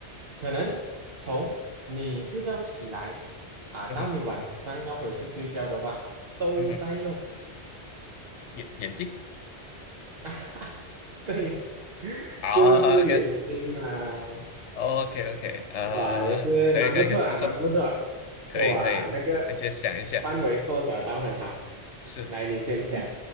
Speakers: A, on the right (about 55°); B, on the left (about 80°).
A: 可能从你睡觉起来啊，到你晚上要回去睡觉的话，
B: 嗯哼，
A: 都在用。
B: 嗯哼，眼眼镜
A: <laughs> 啊哈，对，<laughs>
B: 啊
A: 就是眼睛啦，
B: ，OK，OK，OK，呃，
A: 哇，也是蛮不错啦，
B: 可以，可以，可以，不错。
A: 蛮不错，
B: 可以可以，
A: 哇，那个
B: 我就想一下，
A: 范围缩小到很好。
B: 是，
A: 来，你先讲。